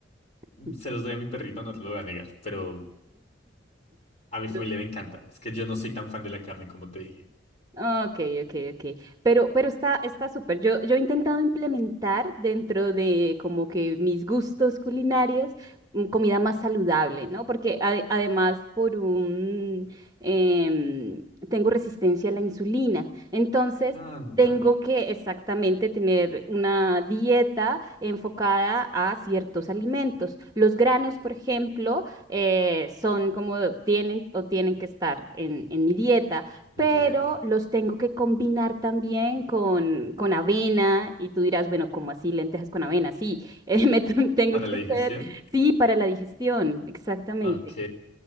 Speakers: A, on the right; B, on the left.
A: <laughs>
B: se los doy a mi perrito, no te lo voy a negar, pero a mi
A: Pero
B: familia le encanta. Es que yo no soy tan fan de la carne, como te dije.
A: Ok, ok, ok. Pero, pero está, está súper. Yo, yo he intentado implementar dentro de como que mis gustos culinarios mm, comida más saludable, ¿no? Porque ade- además por un em, tengo resistencia a la insulina. Entonces,
B: Anda.
A: tengo que exactamente tener una dieta enfocada a ciertos alimentos. Los granos, por ejemplo, eh, son como tienen o tienen que estar en, en mi dieta
B: En
A: pero
B: tu dieta.
A: los tengo que combinar también con, con avena y tú dirás, bueno, ¿cómo así lentejas con avena? Sí, <laughs> eh, me tu- tengo
B: ¿Para
A: que
B: la
A: hacer,
B: digestión?
A: sí, para la digestión, exactamente.
B: Ok.